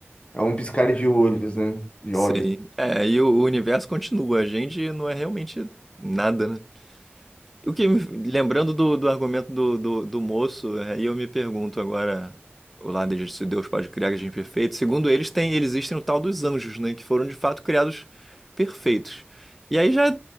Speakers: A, on the left; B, in the centre.
A: é um piscar de olhos, né? De
B: sim.
A: olhos.
B: É, e o, o universo continua. A gente não é realmente nada, né? O que, me- lembrando do, do argumento do, do, do moço, aí eu me pergunto agora, o lado de se Deus pode criar a gente perfeito, segundo eles, tem, eles existem o tal dos anjos, né, que foram de fato criados perfeitos. E aí já,